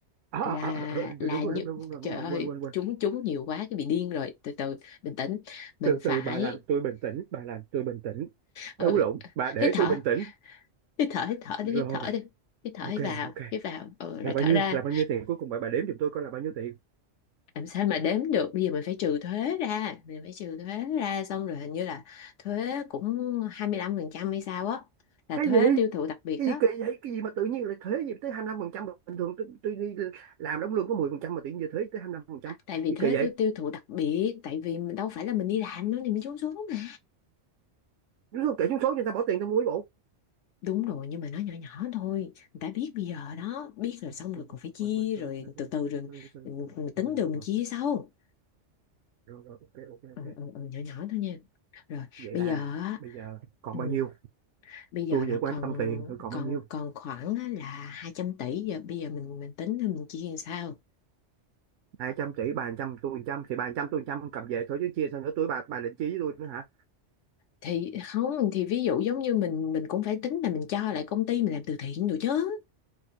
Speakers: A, on the right; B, on the left.
A: à,
B: là
A: à, à, à,
B: là
A: đúng
B: như
A: rồi đúng rồi đúng rồi
B: trời
A: đúng rồi đúng rồi,
B: ơi
A: quên quên quên
B: chúng chúng nhiều quá cái bị điên rồi từ từ bình tĩnh mình
A: từ
B: phải
A: từ bà làm tôi bình tĩnh bà làm tôi bình tĩnh
B: ừ,
A: Ấu lộn bà để
B: hít thở
A: tôi bình tĩnh
B: hít thở hít thở đi
A: rồi
B: hít thở đi hít thở
A: ok
B: hít vào
A: ok
B: hít vào ừ,
A: là
B: rồi
A: bao
B: thở
A: nhiêu
B: ra
A: là bao nhiêu tiền cuối cùng bà bà đếm giùm tôi coi là bao nhiêu tiền
B: làm sao mà đếm được bây giờ mình phải trừ thuế ra mình phải trừ thuế ra xong rồi hình như là thuế cũng 25 phần trăm hay sao á là
A: cái
B: thuế
A: gì
B: tiêu thụ đặc biệt
A: cái
B: á
A: gì kỳ vậy cái gì mà tự nhiên lại thuế gì tới 25 phần trăm bình thường tôi, tôi đi làm đóng lương có 10 phần trăm mà tự nhiên giờ thuế tới 25 phần trăm
B: tại vì
A: gì
B: thuế
A: kỳ
B: tiêu
A: vậy
B: tiêu thụ đặc biệt tại vì mình đâu phải là mình đi làm nữa thì mình trốn xuống mà
A: đúng không kể trúng số cho người ta bỏ tiền tao mua cái bộ
B: đúng rồi nhưng mà nó nhỏ nhỏ thôi người ta biết bây giờ đó biết rồi xong
A: quên
B: rồi
A: quên
B: còn phải
A: quên
B: chia
A: quên quên sorry
B: rồi
A: sorry sorry
B: từ từ rồi
A: sorry sorry
B: mình,
A: sorry
B: mình
A: rồi
B: tính
A: rồi
B: được mình
A: rồi
B: chia sau
A: rồi rồi ok ok ok
B: ừ, ừ, ừ, nhỏ nhỏ thôi nha rồi
A: vậy
B: bây
A: là
B: giờ á,
A: bây giờ còn
B: ừ,
A: bao nhiêu
B: bây giờ
A: tôi
B: là
A: vừa quan
B: còn
A: tâm tiền thôi còn
B: còn
A: bao nhiêu
B: còn khoảng á là 200 tỷ giờ bây giờ mình mình tính rồi mình chia làm sao
A: hai trăm tỷ bà 100 tôi một trăm thì bà 100 tôi 100 cầm về thôi chứ chia sao nữa tôi bà bà định chia với tôi nữa hả
B: thì không thì ví dụ giống như mình mình cũng phải tính là mình cho lại công ty mình làm từ thiện được chứ